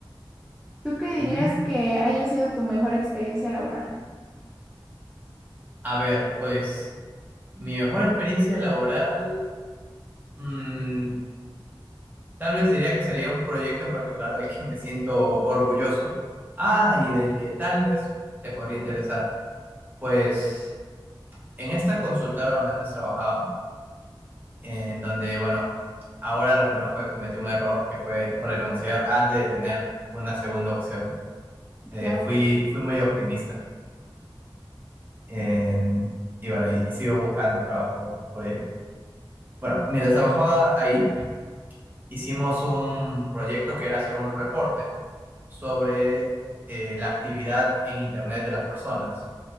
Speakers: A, in the centre; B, on the right.
A: ¿Tú qué dirías
B: Mm,
A: que haya sido tu mejor experiencia laboral?
B: A ver, pues mi mejor experiencia laboral, mm, tal vez diría que sería un proyecto en particular del que me siento orgulloso. Ah, y del que tal vez te podría interesar. Pues en esta consultora donde antes trabajaba, en donde, bueno, ahora reconozco que cometí un error que fue renunciar antes de tener una segunda opción. Eh,
A: Claro.
B: fui, fui muy optimista en- y bueno, y, y sigo buscando trabajo por ello. Bueno, mientras trabajaba ahí, hicimos un proyecto que era hacer un reporte sobre eh, la actividad en Internet de las personas.